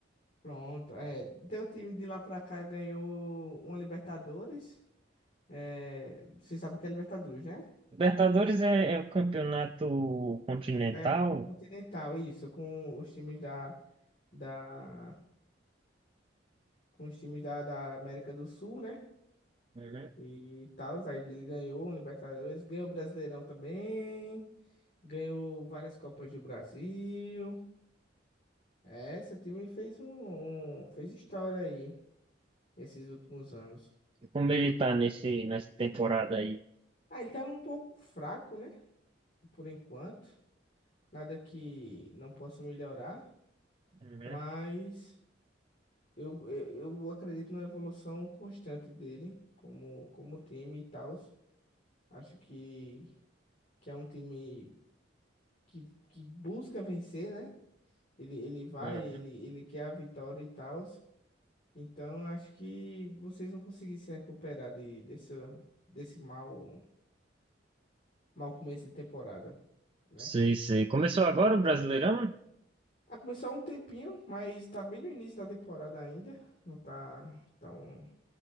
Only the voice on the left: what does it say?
Pronto, é, teu time de lá pra cá ganhou uma Libertadores. É, você sabe o que é Libertadores, né?
É, Continental, isso, com os times da, da, com os times da, da América do Sul, né?
e tal. Aí ele ganhou o Libertadores, ganhou o Brasileirão também, ganhou várias Copas do Brasil. É, seu time fez um, um- fez história aí esses últimos anos.
Ah, ele tava um pouco fraco, né? Por enquanto. Nada que não possa melhorar,
mas eu, eu, eu acredito na evolução constante dele como, como time e tal. Acho que, que é um time que, que busca vencer, né? Ele, ele vai,
ele, ele quer a vitória e tal. Então, acho que vocês vão conseguir se recuperar de, desse, desse mau, mau começo de temporada, né?
Ah, começou há um tempinho, mas tá bem no início da temporada ainda. Não tá tão,